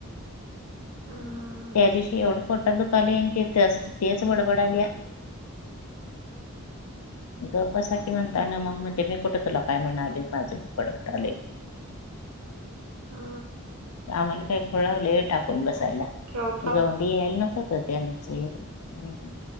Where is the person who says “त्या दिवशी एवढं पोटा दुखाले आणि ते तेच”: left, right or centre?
Left